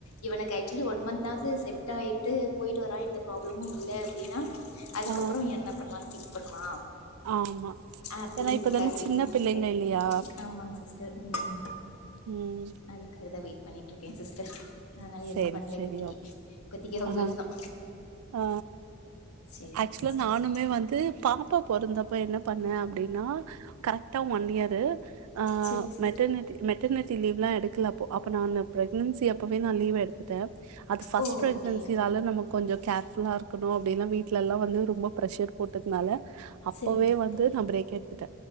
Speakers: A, on the left; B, on the right.
A: இவனுக் காக்சுவலி ஒன் மந்த்தாவது செட் ஆயிட்டு போயிட் ட்டு வரா எந்த ப்ராப்ளமு இல்ல அப்டின்னா அதுக்கப்பறொ
B: ஆ,
A: என்ன பண்ணலான் திங் பண்லா
B: ஆமா.
A: அப்படிங்கிறதுக்காக
B: ஏன்னா இப்ப தானே
A: வெயிட்டிங்
B: சின்ன பிள்ளைங்க
A: இருக்கே
B: இல்லையா?
A: ஆமாங் சிஸ்டர் ம்
B: ம்.
A: அதுக்காகதா வெயிட் பண்ணிட்டுருக்கே சிஸ்டர் அதனால
B: சரி,
A: எதுவு பண்ணல
B: சரி.
A: இப்பத்திக்கு
B: ஓகே.
A: இப்பத்திக்கு ஹவுஸ்
B: ஆ,
A: ஒய்ஃப்தா
B: ஆ
A: சேரிங்
B: ஆக்சுவலா
A: சிஸ்டர்
B: நானுமே
A: சரி
B: வந்து பாப்பா பொறந்தப்ப என்ன பண்ண அப்டின்னா கரெக்டா ஒன்னியரு ஆ
A: சேரிங் சிஸ்டர்
B: மெட்டர்னெட்டி மெட்டர்னிட்டி லீவு எல்லா எடுக்கல அப்போ அப்ப நானு பிரக்னன்சி அப்பவே நா லீவ் எடுத்துட்டே அது ஃபர்ஸ்ட்
A: ஓ
B: ப்ரக்னன்சினால
A: ஓகே
B: நமக்கு கொஞ்சம் கேர்ஃபுல்லா இருக்கணு அப்டினு வீட்லெல்லா வந்து ரொம்ப ப்ரெஷர் போட்டதுனால அப்பவே
A: சரிங் சிஸ்டர்
B: வந்து நா பிரேக் எடுத்துட்டே